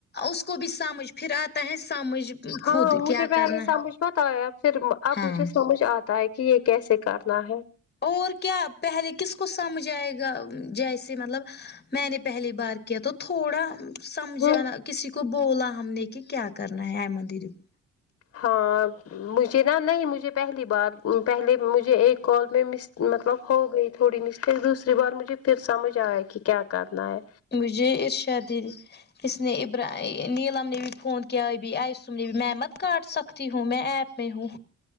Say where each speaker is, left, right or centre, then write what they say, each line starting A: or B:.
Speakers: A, on the left; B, on the left.
A: اس کو بھی سمجھ پھر آتا ہے سمجھ
B: ہاں
A: خود
B: مجھے
A: کیا
B: پہلے
A: کرنا
B: سمجھ مت آیا پھر اب
A: ہاں
B: مجھے سمجھ آتا ہے کہ یہ کیسے کرنا ہے
A: اور کیا پہلے کس کو سمجھ آئے گا جیسے مطلب میں نے پہلی بار کیا تو تھوڑا سمجھانا
B: ہوں
A: کسی کو بولا ہم نے کہ کیا کرنا ہے ایمن دیدی کو
B: ہاں مجھے نا نہیں مجھے پہلی بار پہلے مجھے ایک کال میں مس مطلب ہو گئی تھوڑی مسٹیک دوسری بار مجھے پھر سمجھ آیا کہ کیا کرنا ہے
A: مجھے ارشا دی اس نے ابر نیلم نے بھی فون کیا بھی آئیسوم نے بھی میں مت کاٹ سکتی ہوں میں ایپ میں ھوں